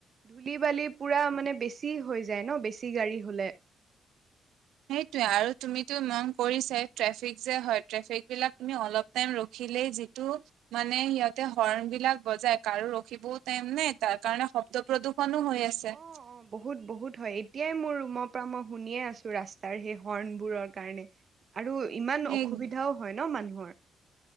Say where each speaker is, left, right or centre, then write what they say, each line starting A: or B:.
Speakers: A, on the right (about 45°); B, on the right (about 85°).
A: ধূলি বালি পুৰা মানে বেছি হৈ যায় ন বেছি গাড়ী হলে
B: সেইটোৱে আৰু তুমিতো মন কৰিছাই ট্ৰেফিক যে হয় ট্ৰেফিক বিলাক তুমি অলপ টাইম ৰখিলেই যিটো মানে সিহঁতে হৰ্ণ বিলাক বজাই কাৰো ৰখিবও টাইম নাই তাৰ কাৰণে শব্দ প্ৰদূষণো হৈ আছে আছে
A: অ অ বহুত বহুত হয় এতিয়াই মোৰ ৰুমৰ পৰা মই শুনিয়ে আছো ৰাস্তাৰ সেই হৰ্ণবোৰৰ কাৰণে আৰু ইমান
B: সেই
A: অসুবিধাও হয় ন মানুহৰ